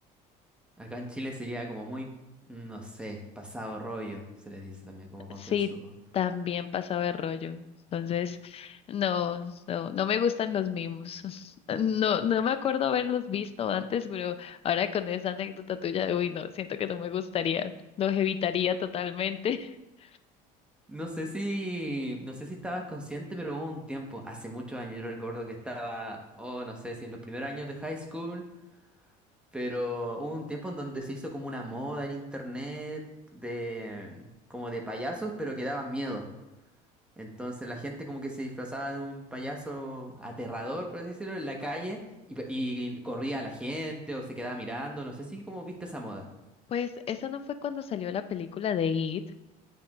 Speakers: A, in the centre; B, on the left.
A: Acá en Chile sería como muy, no sé, pasado rollo, se le dice también como confianzudo.
B: Sí, también pasaba de rollo. Entonces, no, no, no me gustan los mimos. <laughs> No, no me acuerdo haberlos visto antes, pero ahora con esa anécdota tuya, uy, no, siento que no me gustaría, los evitaría totalmente. <laughs>
A: No sé si, no sé si estabas consciente, pero hubo un tiempo, hace muchos años, yo recuerdo que estaba, oh, no sé si en los primeros años de high school, pero hubo un tiempo en donde se hizo como una moda en internet de, como de payasos, pero que daban miedo. Entonces la gente como que se disfrazaba de un payaso aterrador, por así decirlo, en la calle y, pe- y corría a la gente o se quedaba mirando, no sé si como viste esa moda.
B: Pues eso no fue cuando salió la película de It.